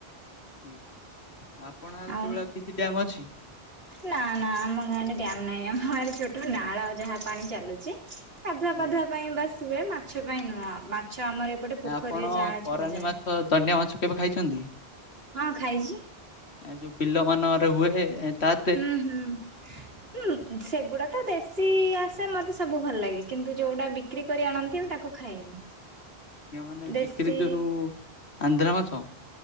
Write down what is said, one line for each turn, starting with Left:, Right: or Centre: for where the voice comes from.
Left: ଆଜ୍ଞା ଆପଣ ଆଡ଼େ
Right: ଆଉ
Left: ସେଭଳିଆ କିଛି ଡ୍ୟାମ ଅଛି?
Right: ନା ନା ଆମ ଗାଁରେ ଡ଼୍ୟାମ ନାହିଁ ଆମ ଗାଁରେ ଛୋଟ ନାଳ ଯାହା ପାଣି ଚାଲୁଚି। ଗାଧୁଆ
Left: ଆଜ୍ଞା
Right: ପାଧୁଆ ପାଇଁ ବାସ୍ ହୁଏ ମାଛ ପାଇଁ ନୁହଁ ମାଛ ଆମର ଏପଟେ ପୋଖରୀରେ
Left: ଆପଣ
Right: ଯାଆଁଳ
Left: କରାଣ୍ଡି
Right: ଛଡ଼ା ଯାଏ।
Left: ମାଛ ଦଣ୍ଡିଆ ମାଛ କେବେ ଖାଇଛନ୍ତି?
Right: ହଁ ଖାଇଚି।
Left: ଏ ଯୋଉ ବିଲ ମାନରେ ହୁଏ ଏତା
Right: ହୁଁ ହୁଁ। ହୁଁ ସେଗୁଡା ତ ଦେଶୀ ଆସେ ମତେ ସବୁ ଭଲ ଲାଗେ କିନ୍ତୁ ଯୋଉଗୁଡା ବି ବିକ୍ରି କରି ଆଣନ୍ତି ମୁଁ ତାକୁ ଖାଏନି।
Left: ଆଜ୍ଞା ମାନେ
Right: ଦେଶୀ
Left: ବିକ୍ରି କରୁ ଆନ୍ଧ୍ରା ମାଛ।